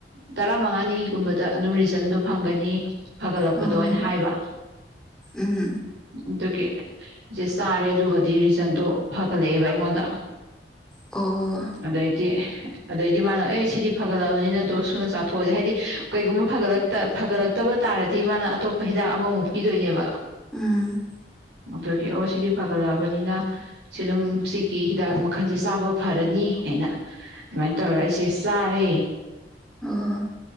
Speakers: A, on the right; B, in the centre.
A: ꯇꯔꯥ ꯃꯉꯥꯅꯤꯒꯨꯝꯕꯗ ꯑꯗꯨꯝ ꯔꯤꯖꯟꯗꯣ ꯐꯪꯒꯅꯤ ꯑꯅꯤ ꯐꯒꯠꯂꯛꯄꯗꯣ
B: ꯑꯣ
A: ꯑꯣꯏꯅ ꯍꯥꯏꯕ
B: ꯎꯝ
A: ꯑꯗꯨꯒꯤ ꯖꯦ ꯆꯥꯔꯦ ꯑꯗꯨꯒꯗꯤ ꯔꯤꯖꯟꯗꯣ ꯐꯒꯠꯂꯛꯑꯦꯕ ꯑꯩꯉꯣꯟꯗ
B: ꯑꯣ
A: ꯑꯗꯩꯗꯤ ꯑꯗꯩꯗꯤ ꯃꯥꯅꯣ ꯑꯦ ꯁꯤꯗꯤ ꯐꯒꯠꯂꯑꯕꯅꯤꯅ ꯗꯣꯁ ꯁꯨꯅ ꯆꯥꯊꯣꯛꯑꯁꯦ ꯍꯥꯏꯗꯤ ꯀꯩꯒꯨꯝꯕ ꯐꯒꯠꯂꯛꯇ ꯐꯒꯠꯂ ꯇꯕ ꯇꯥꯔꯗꯤ ꯃꯥꯅ ꯑꯇꯣꯞꯄ ꯍꯤꯗꯥꯛ ꯑꯃꯃꯨꯛ ꯄꯤꯗꯣꯏꯅꯦꯕ
B: ꯎꯝ
A: ꯑꯣꯇꯔꯒꯤ ꯑꯣ ꯁꯤꯗꯤ ꯐꯒꯠꯂꯛꯑꯕꯅꯤꯅ ꯁꯤ ꯑꯗꯨꯝ ꯁꯤꯒꯤ ꯍꯤꯗꯥꯛ ꯃꯈꯜꯁꯦ ꯆꯥꯕ ꯐꯔꯅꯤ ꯍꯥꯏꯅ ꯑꯗꯨꯃꯥꯏꯅ ꯇꯧꯔ ꯑꯩꯁꯦ ꯆꯥꯔꯦ
B: ꯑꯣ